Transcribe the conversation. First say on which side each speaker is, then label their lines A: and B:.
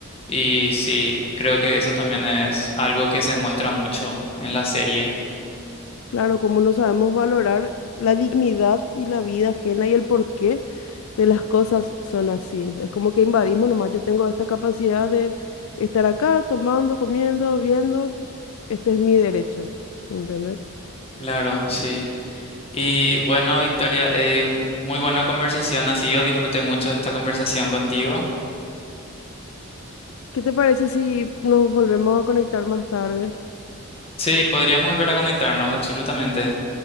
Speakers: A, on the left; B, on the left.
A: Y sí, creo que eso también es algo que se muestra mucho en la serie.
B: Claro, como no sabemos valorar la dignidad y la vida ajena y el porqué de las cosas son así. Es como que invadimos nomás. Yo tengo esta capacidad de estar acá tomando, comiendo, viendo. Este es mi derecho. ¿Entendés?
A: Claro, sí. Y bueno, Victoria, eh, muy buena conversación, así yo disfruté mucho de esta conversación contigo.
B: ¿Qué te parece si nos volvemos a conectar más tarde?
A: Sí, podríamos volver a conectarnos, absolutamente.